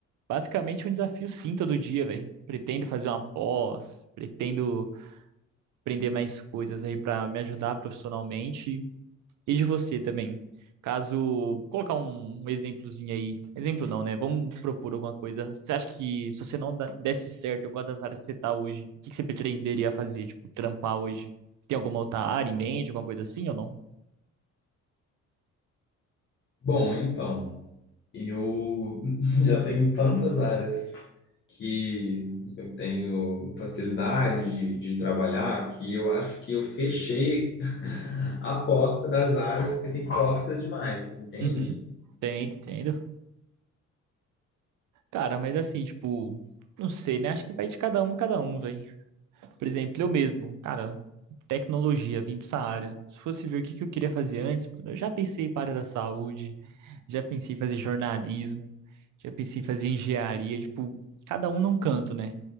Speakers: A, on the right; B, on the left.
A: basicamente é um desafio sim todo dia, velho. Pretendo fazer uma pós, pretendo aprender mais coisas aí pra me ajudar profissionalmente e de você também. Caso colocar um um exemplozinho aí, exemplo não, né? Vamos propor alguma coisa. Você acha que se você não da- desse certo em alguma das áreas que você tá hoje, o que que você pretenderia fazer? Tipo, trampar hoje? Tem alguma outra área em mente, alguma coisa assim ou não?
B: Bom, então, eu <laughs> já tenho tantas áreas que eu tenho facilidade de, de trabalhar que eu acho que eu fechei <laughs> a porta das áreas, porque tem portas demais, entende?
A: Uhum. Entendo, entendo. Cara, mas assim, tipo, não sei, né? Acho que vai de cada um, cada um, velho. Por exemplo, eu mesmo, cara, tecnologia, vim para essa área. Se fosse ver o que que eu queria fazer antes, mano, eu já pensei para a área da saúde, já pensei em fazer jornalismo, já pensei em fazer engenharia, tipo, cada um num canto, né?